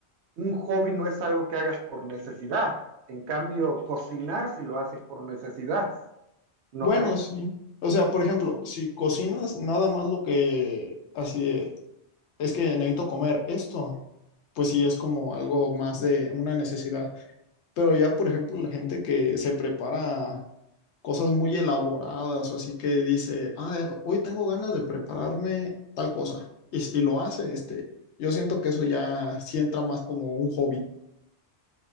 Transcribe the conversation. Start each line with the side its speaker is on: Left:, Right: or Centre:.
Right: un hobby no es algo que hagas por necesidad. En cambio, cocinar si lo haces por necesidad, ¿no
Left: Bueno,
Right: crees?
Left: sí. O sea, por ejemplo, si cocinas nada más lo que así es que necesito comer esto, pues sí es como algo más de una necesidad. Pero ya, por ejemplo, la gente que se prepara cosas muy elaboradas o así que dice, ah, hoy tengo ganas de prepararme tal cosa y, y lo hace, este, yo siento que eso ya sí entra más como un hobby.